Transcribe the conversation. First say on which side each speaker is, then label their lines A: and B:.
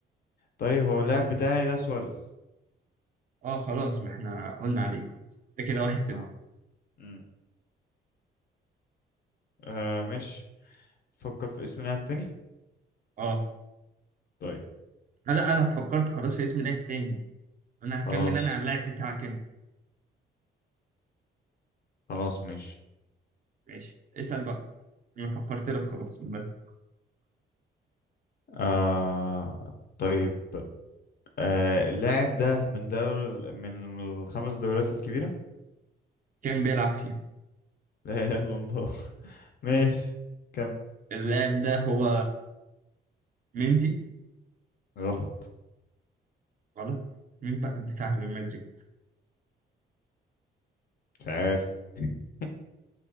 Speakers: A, on the left; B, on the right.
A: طيب هو اللاعب بتاعي ده سواريز
B: اه خلاص ما احنا قلنا عليه خلاص ده كده واحد صفر
A: اه امم آه ماشي فكر في اسم لاعب تاني
B: اه
A: طيب
B: آه، لا انا فكرت خلاص في اسم لاعب تاني انا هكمل
A: خلاص
B: انا على اللاعب بتاعك انت
A: خلاص ماشي
B: ماشي اسأل بقى انا فكرت لك خلاص من بدري
A: آه طيب آه اللاعب ده من دوري ال- من الخمس دوريات الكبيرة
B: كان بيلعب فيه
A: <laughs> لا إله إلا الله <laughs> ماشي كم
B: اللاعب ده هو مندي
A: غلط
B: غلط مين بقى الدفاع ريال مدريد
A: مش عارف <laughs>